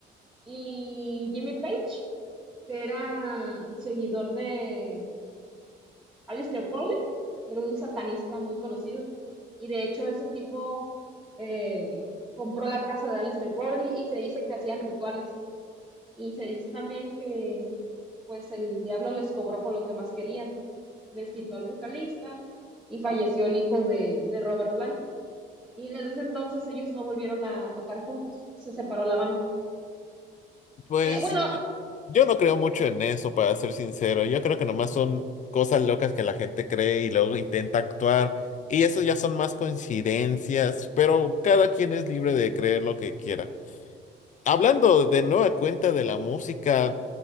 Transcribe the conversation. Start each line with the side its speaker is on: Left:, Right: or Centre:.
Centre: Y Jimmy Page, que era seguidor de Aleister Crowley, era un satanista muy conocido. Y de hecho, ese tipo eh, compró la casa de Aleister Crowley y se dice que hacían rituales. Y se dice también que pues el diablo les cobró con lo que más querían. Les quitó al vocalista y falleció el hijo de, de Robert Plant. Y desde ese entonces ellos no volvieron a tocar juntos, se separó la banda.
Left: Pues
Centre: Eh, bueno,
Left: yo, yo no creo mucho en eso, para ser sincero. Yo creo que nomás son cosas locas que la gente cree y luego intenta actuar. Y eso ya son más coincidencias, pero cada quien es libre de creer lo que quiera. Hablando de nueva cuenta de la música,